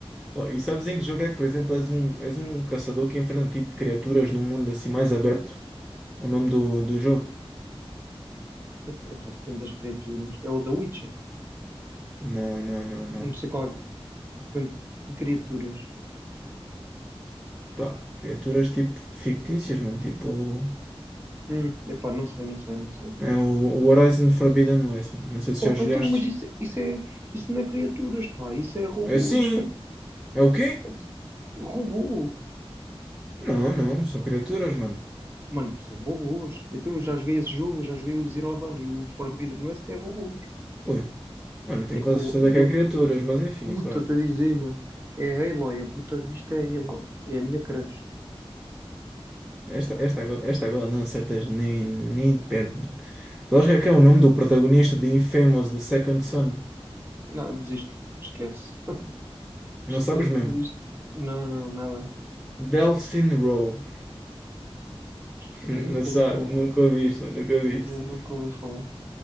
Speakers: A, in the centre; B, on the right.
A: Oh, e sabes em que jogo é que, por exemplo, és um, és um caçador que enfrenta tipo criaturas num mundo assim mais aberto? O nome do, do jogo?
B: <laughs> Epá, depende das criaturas. É o The Witcher.
A: Não, não, não, não.
B: Não sei qual é. Depende de criaturas.
A: Pá, criaturas tipo fictícias, mano, tipo.
B: Hum, epá, não sei, não sei, não sei.
A: É o, o Horizon Forbidden West, mano. Não sei se
B: Oh,
A: já jogaste.
B: então, mas isso, isso é, isso não é criaturas, pá, isso é robôs.
A: É sim! É o quê?
B: <laughs> Robôs.
A: Não, não, são criaturas, mano.
B: Mano, são robôs. Então eu já joguei esse jogo, já joguei o Zero Dawn e o Forbidden West é robôs.
A: Ui. Mano, eu tenho
B: É com.
A: quase certeza
B: E
A: que há
B: a
A: criaturas, mas enfim,
B: puta
A: pronto.
B: a dizer, mano. É a Aloy, a protagonista é a Aloy. É a minha crush.
A: Esta, esta agora, esta agora não acertas nem, nem perto, mano. Sabes que é que é o nome do protagonista de Infamous, The Second Son?
B: Não, desisto. Esquece. <laughs>
A: Não
B: Esquece,
A: sabes mesmo?
B: desisto. Não, não, nada.
A: Delphine Rowe. <laughs>
B: Nem nunca
A: Não sabes,
B: ouvi falar.
A: nunca ouviste, mano, nunca ouviste.
B: Nem nunca ouvi falar.